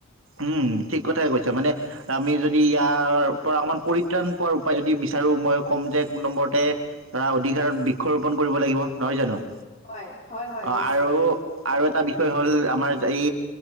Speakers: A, on the right; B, on the left.
A: উম ঠিক কথাই কৈছা মানে আমি যদি ইয়াৰ পৰা অকণমান পৰিত্ৰাণ পোৱাৰ উপায় যদি বিচাৰোঁ মই ক'ম যে এক নম্বৰতে ধৰা অধিকাৰত বৃক্ষৰোপণ কৰিব লাগিব নহয় জানো
B: হয় হয় হয়
A: অ
B: নিশ্চয়
A: আৰু আৰু এটা বিষয় হ'ল আমাৰ এই